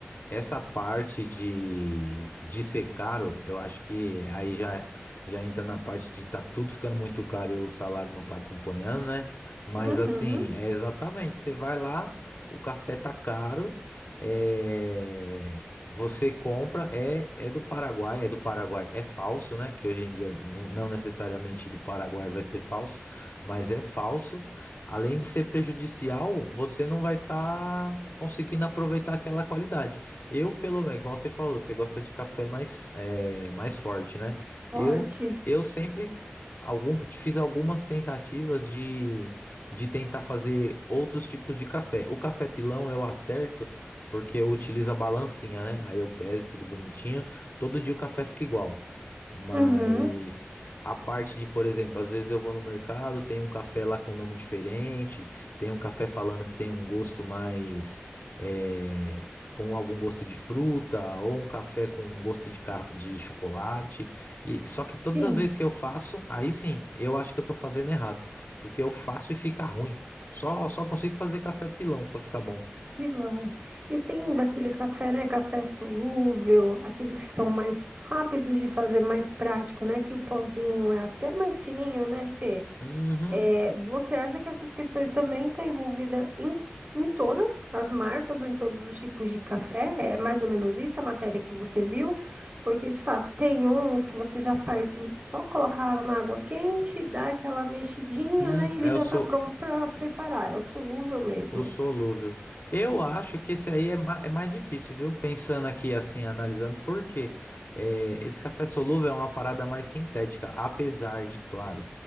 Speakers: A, on the left; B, on the right.
A: Essa parte de, de ser caro, eu acho que aí já, já entra na parte de tá tudo ficando muito caro e o salário não tá acompanhando, né? Mas
B: Uhum,
A: assim, é exatamente, você vai lá, o café tá caro, é, você compra, é, é do Paraguai, é do Paraguai, é falso, né? Que hoje em dia não, não necessariamente do Paraguai vai ser falso, mas é falso. Além de ser prejudicial, você não vai estar conseguindo aproveitar aquela qualidade. Eu, pelo menos, igual você falou, você gosta de café mais, é, mais forte, né?
B: forte.
A: Eu, eu sempre algum- fiz algumas tentativas de, de tentar fazer outros tipos de café. O café pilão eu acerto porque eu utilizo a balancinha, né? Aí eu peso tudo bonitinho. Todo dia o café fica igual. Mas
B: Uhum,
A: a parte de, por exemplo, às vezes eu vou no mercado, tem um café lá com nome diferente, tem um café falando que tem um gosto mais, eh, com algum gosto de fruta, ou um café com um gosto de, ca- de chocolate. E só que todas
B: sim,
A: as vezes que eu faço, aí sim, eu acho que eu tô fazendo errado, porque eu faço e fica ruim. Só, só consigo fazer café pilão pra ficar bom.
B: pilão. E tem daqueles café, né? Café solúvel, aqueles que são mais rápidos de fazer, mais prático, né? Que o pozinho é até mais fininho, né, Fê?
A: Uhum.
B: É, você acha que essas questões também estão envolvidas em, em todas as marcas ou em todos os tipos de café? É mais ou menos isso a matéria que você viu? Porque, de fato, tem uns que você já faz só colocar na água quente, dá aquela mexidinha,
A: Hum,
B: né? E ele
A: eu
B: já
A: sou
B: está pronto para preparar. É o solúvel mesmo.
A: O solúvel. Eu acho que esse aí é, ma- é mais difícil, viu? Pensando aqui, assim, analisando, por quê? É, esse café solúvel é uma parada mais sintética, apesar de, claro,